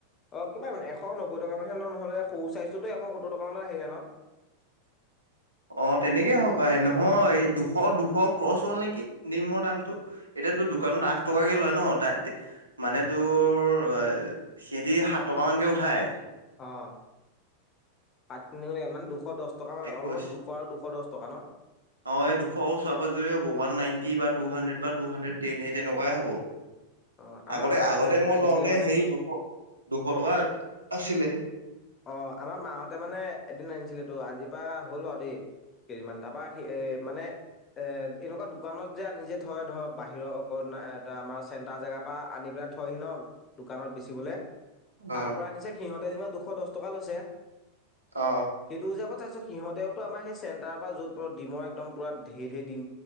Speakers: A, on the left (about 25°); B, on the right (about 80°).
A: অ' কিমান এশ নব্বৈ টকা মানহে ল' নহ'লে সৰু চাইজ টোতো এশ সত্তৰ টকা মানত আহি যায় ন'।
B: <inaudible> অ' তেনেকেই হ' পাই নহয় দুশ, দুশ ক্ৰচ হ'ল নেকি নিমৰ দামটো। এতিয়া তো দোকানত আঠ টকাকে লয় ন' ত মানে তোৰ অ' সি দি সাত টকা। অমানকৈ উঠায়।
A: অ' পাত মানে দুশ দহ টকা মানে
B: একৈশ
A: অলমষ্ট দুশ আৰু দুশ দহ টকা ন।
B: অ' এই দুশ ওচৰে-পাজৰে one. Ninety two hundred, hundred ten এই তেনেকুৱাই হ'ব।
A: অ' আমাৰ
B: আগতে
A: মাহঁতে
B: আগতে মই
A: আনিছিলে
B: লওঁতে,
A: মানে।
B: সেই দুশ-দুশ টকা আছিলে।
A: অ' আমাৰ মাহঁতে মানে এদিন আনিছিল তো আজিৰ পৰা হ'ল বাৰু দেই। কেজিমান তাৰপা সি এ মানে। এ এনেকুৱা দোকানত যে আনি যে থয় ধৰ বাহিৰৰ অক এ আমাৰ চেণ্টাৰ জেগাৰ পৰা আনি পেলাই এ থয়হি ন দোকানত বেচিবলৈ তাৰ
B: অ
A: পৰা আনিছে সিহঁতে যেনিবা দুশ দহ টকা লৈছে
B: অ অ
A: সেইটো বুজাব চাইছো। সিহঁতেওতো আমাৰ সেই চেণ্টাৰ পৰা য'ত ডিমৰ একদম পুৰা ধেৰ-ধেৰ ডিম